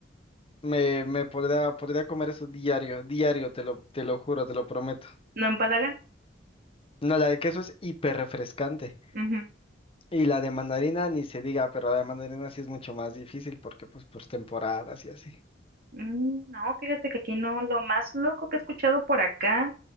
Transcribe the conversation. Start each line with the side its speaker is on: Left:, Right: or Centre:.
Left: Me, me podría, podría comer eso diario, diario, te lo, te lo juro, te lo prometo.
Right: ¿No empalagan?
Left: No, la de queso es hiper refrescante.
Right: Ujú.
Left: Y la de mandarina ni se diga, pero la de mandarina sí es mucho más difícil porque pues por temporadas y así.
Right: Mm, no, fíjate que aquí no, lo más loco que he escuchado por acá